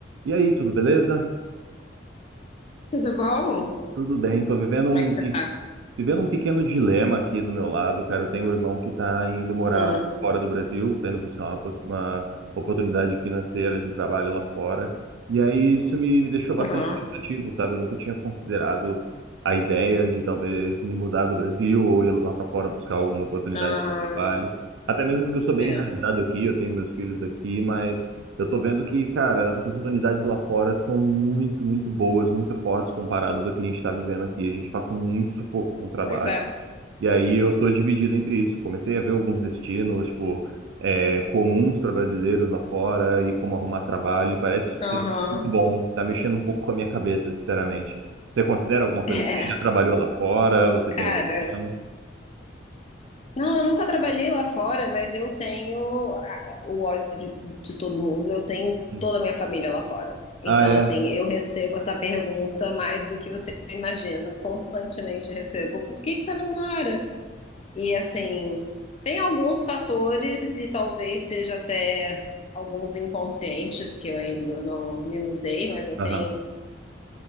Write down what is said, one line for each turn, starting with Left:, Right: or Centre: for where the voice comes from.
Right: E aí, tudo beleza?
Left: Tudo bom?
Right: Tudo bem, tô vivendo um,
Left: Como é que você
Right: pe-
Left: tá?
Right: vivendo um pequeno dilema aqui do meu lado, cara. Eu tenho um irmão que tá indo morar
Left: Hum,
Right: fora do Brasil, tá indo buscar uma, possi- uma oportunidade financeira de trabalho lá fora. E aí isso me, me deixou bastante
Left: aham,
Right: pensativo, sabe? Eu nunca tinha considerado a ideia de talvez me mudar do Brasil ou ir lá para fora buscar alguma oportunidade
Left: aham,
Right: de trabalho. Até mesmo porque eu sou bem
Left: é,
Right: enraizado aqui, eu tenho meus filhos aqui, mas eu tô vendo que, cara, as oportunidades lá fora são muito, muito boas, muito fortes comparadas ao que a gente tá vivendo aqui. A gente passa muito sufoco com o trabalho.
Left: pois é,
Right: E aí eu tô dividido entre isso. Comecei a ver alguns destinos, tipo, é, comuns para brasileiros lá fora e como arrumar trabalho. E parece tipo,
Left: aham,
Right: ser tudo muito bom. Tá mexendo um pouco com a minha cabeça, sinceramente. Você considera alguma coisa
Left: é,
Right: assim? Já trabalhou lá fora? Você
Left: cara,
Right: tem algum plano?
Left: não, eu nunca trabalhei lá fora, mas eu tenho a- o ódio de todo mundo, eu tenho
Right: Hum.
Left: toda a minha família lá fora. Então,
Right: Ah, é?
Left: assim, eu recebo essa pergunta mais do que você imagina, constantemente recebo, por que que você não mora? E assim, tem alguns fatores, e talvez seja até alguns inconscientes, que eu ainda não me mudei, mas eu
Right: Aham.
Left: tenho.